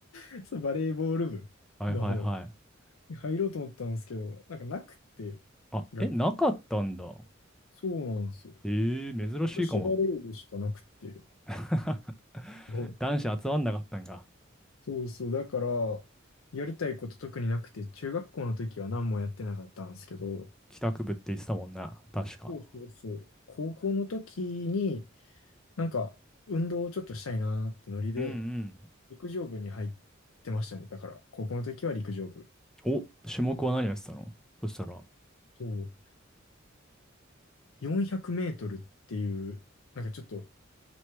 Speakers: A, on the left (about 80°); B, in the centre.
A: 違う。そう、バレーボール部の方
B: はいはいはい。
A: に入ろうと思ったんですけど、なんかなくって、
B: あ、
A: 学校。
B: え、なかったんだ。
A: そうなんですよ。
B: えー、珍しいかも。
A: 女子バレー部しかなくて。
B: <laughs>
A: そう
B: 男子集まんなかったんが。
A: そうそう。だから、やりたいこと特になくて、中学校の時は何もやってなかったんですけど、
B: 帰宅部って言ってたもんな。確か。
A: そうそうそう。高校の時に、なんか、運動をちょっとしたいなーってノリで、
B: うん
A: 陸上部に入ってましたね。だから、高校の時は陸上部。
B: うん。お、種目は何やってたのそしたら。
A: そう。400メートルっていう、なんかちょっと